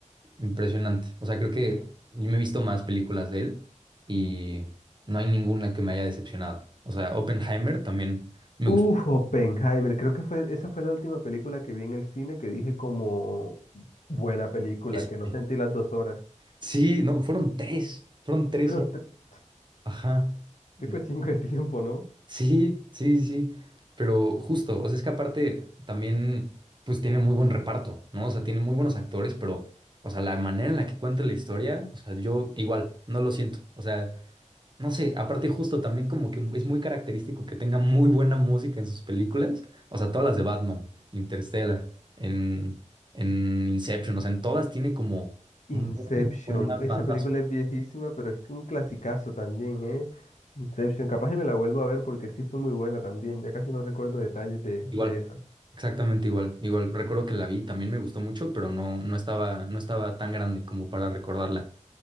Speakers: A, on the right; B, on the left.
A: impresionante. O sea, creo que yo me he visto más películas de él y no hay ninguna que me haya decepcionado. O sea, Oppenheimer también me
B: Uf,
A: gustó.
B: Oppenheimer, creo que fue, esa fue la última película que vi en el cine que dije como buena película,
A: Este.
B: que no sentí las dos horas.
A: Sí, no, fueron tres, fueron tres
B: Pero te-
A: Ajá. Mm,
B: sí fue chingo de tiempo, ¿no?
A: Sí, sí, sí. Pero justo, o sea, es que aparte también, pues tiene muy buen reparto, ¿no? O sea, tiene muy buenos actores, pero, o sea, la manera en la que cuenta la historia, o sea, yo igual, no lo siento. O sea, no sé, aparte justo también como que es muy característico que tenga muy buena música en sus películas, o sea, todas las de Batman, Interstellar, en, en Inception, o sea, en todas tiene como
B: Inception,
A: muy buena banda
B: esa película
A: sonora.
B: es viejísima, pero es un clasicazo también, ¿eh? Inception, capaz y me la vuelvo a ver porque sí fue muy buena también, ya casi no recuerdo detalles de, de
A: Igual,
B: esa.
A: exactamente igual. Igual recuerdo que la vi, también me gustó mucho, pero no, no estaba, no estaba tan grande como para recordarla.